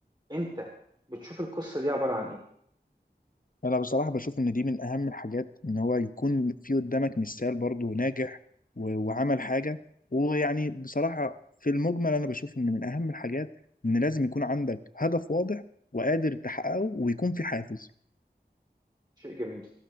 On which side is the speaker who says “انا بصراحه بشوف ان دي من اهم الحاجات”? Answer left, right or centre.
Left